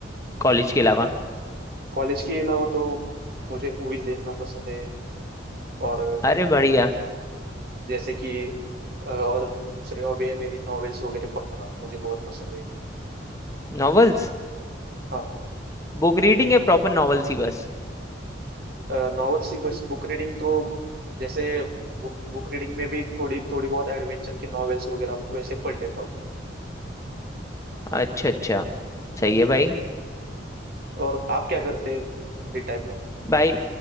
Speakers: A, on the left; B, on the right.
A: कॉलेज के अलावा
B: कॉलेज के अलावा तो मुझे मूवीज देखना पसंद है और
A: अरे बढ़िया
B: जैसे कि अ, और दूसरी हॉबी है मेरी नॉवेल्स वगैरह पढ़ना मुझे बहुत पसंद है
A: नॉवेल्स
B: हाँ
A: बुक रीडिंग है प्रॉपर नॉवेल्स ही बस
B: नॉवेल्स ही बस बुक रीडिंग तो जैसे बुक बुक रीडिंग में भी थोड़ी थोड़ी बहुत एडवेंचर की नॉवेल्स वगैरह वैसे पढ़ लेता हूँ
A: अच्छा अच्छा सही है भाई
B: और आप क्या करते हैं फ्री टाइम में
A: भाई